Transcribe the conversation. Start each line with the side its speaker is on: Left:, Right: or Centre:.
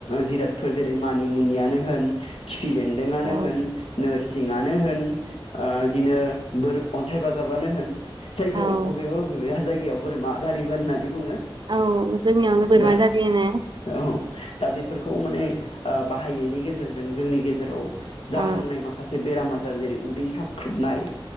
Left: जिरादफोर जेरै मानि मुनियानो होन खिफि बेन्दोंआनो
Right: औ
Left: होन नोर सिङानो होन ओ इदिनो बोर अन्थाइ बाजाबानो होन जायखौ
Right: औ
Left: बबेबा बबेबा जाय गायाव बोरमा आदारिबो होननानै बुङो
Right: औ जोंनियावनो बोरमा
Left: दा
Right: दारि होनो
Left: औ दा बेफोरखौ माने बाहायनायनि गेजेरजों जोंनि गेजेराव जाहांनाय
Right: औ
Left: माखासे बेराम आजार जेरै उदै साख्रुबनाय